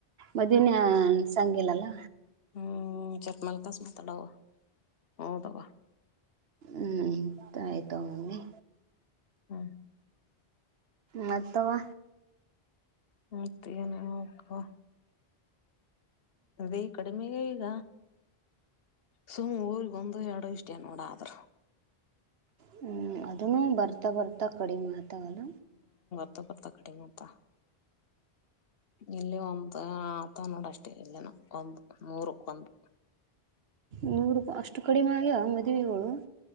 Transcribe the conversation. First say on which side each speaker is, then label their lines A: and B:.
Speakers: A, on the right (about 70°); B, on the left (about 65°).
A: ಮದುವೆನೇ ನಿಲ್ಸಲ್ಗಿಲ್ಲ ಅಲ್ಲ
B: ಹ್ಮ್ ಚಟ್ ಮಾಲ್ಲ್ಕಾಸ ಮಾತಡವ ಹೌದು
A: ಹ್ಮ್ ತಾಯಿತ ಅವ್ನೆ
B: ಹ್ಮ
A: ಮತ್ತವಾ
B: ಮತ್ಹೇನವ ಹಾ ಅದೇ ಈ ಕಡಿಮೆಗೆ ಈಗ ಸುಮ್ಮ್ ಊರಿಗೊಂದು ಎರಡು ಇಷ್ಟೇ ನೋಡ ಆದ್ರರು
A: ಹ್ಮ್ ಅದನ್ನು ಬರ್ತಾ ಬರ್ತಾ ಕಡಿಮೆ ಆತವಲ್ಲ
B: ಬರ್ತ ಕಡಿಂಗ ಅತ್ತ ಇಲ್ಲಿ ಒಂದು ನೋಡಷ್ಟೇ ಇಲ್ಲೇನ ಒಂದು ನೂರಕ್ ಒಂದು
A: ನೂರುಪಾಯಿ ಅಷ್ಟು ಕಡಿಮೆ ಆಗ್ಯ ಮದುವೆ ಇವಾಗ